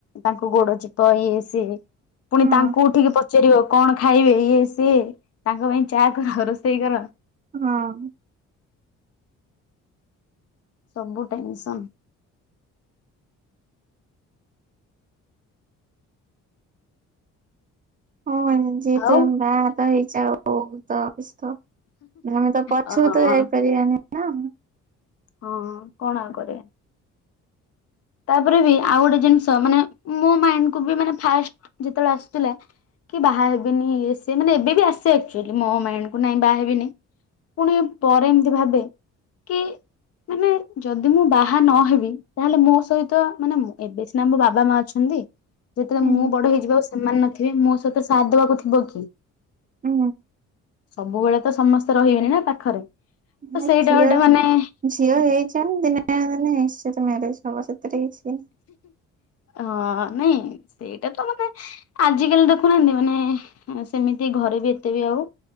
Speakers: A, on the left; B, on the right.
A: ତାଙ୍କ ଗୋଡ ଚିପ ଇଏ ସିଏ ପୁଣି
B: ହଁ
A: ତାଙ୍କୁ ଉଠିକି ପଚାରିବ କଣ ଖାଇବେ ଇଏ ସିଏ ତାଙ୍କ ପାଇଁ ଚା ରୋଷେଇ କର
B: ହଁ।
A: ସବୁ ଟେନସନ।
B: ହଁ ଯେହେତୁ
A: ଆଉ
B: ଆମ ଗାଁ ହାଟ ହେଇଛ ତ ଅଉ ତ ଆମେ ତ ପଛକୁ
A: ହଁ
B: ତ ଯାଇପାରିବାନି ନା?
A: ହଁ କଣ ଆଉ କରିବା। ତାପରେ ବି ଆଉ ଗୋଟେ ଜିନିଷ ମାନେ ମୋ ମାଇଣ୍ଡ କୁ ବି ମାନେ ଫାଷ୍ଟ ଯେତେବେଳେ ଆସିଥିଲା କି ବାହା ହେବିନି ଇଏ ସେ ମାନେ ଏବେ ବି ଆସେ ଆକଚୁଆଲି ମୋ ମାଇଣ୍ଡ କୁ ନାଇଁ ବାହା ହେବିନି। ପୁଣି ପରେ ଏମିତି ଭାବେ କି ମାନେ ଯଦି ମୁଁ ବାହା ନହେବି ତାହେଲେ ମୋ ସହିତ ମାନେ ଏବେ ସିନା ମୋ ବାବା ମା ଅଛନ୍ତି ଯେତେବେଳେ
B: ହୁଁ
A: ମୁଁ ବଡ ହେଇଯିବ ସେମାନେ ନଥିବେ ମୋ ସହିତ ସାଥ ଦେବାକୁ ଥିବ କିଏ?
B: ହୁଁ।
A: ସବୁବେଳେ ତ ସମସ୍ତେ ରହିବେନି ନା ପାଖରେ।
B: ହେ
A: ତ ସେଇଟା
B: ଝିଅ
A: ଗୋଟେ ମାନେ
B: ଝିଅ ହେଇଛ ମାନେ ଦିନେ ନା ଦିନେ ନିଶ୍ଚିତ ମ୍ୟାରେଜ ହବ ସେଥିରେ କିଛି
A: ହଁ ନାଇଁ ସେଇଟା ତ ମତେ ଆଜିକାଲି ଦେଖୁନାହାନ୍ତି ମାନେ ସେମିତି ଘରେ ବି ଏତେ ବି ଆଉ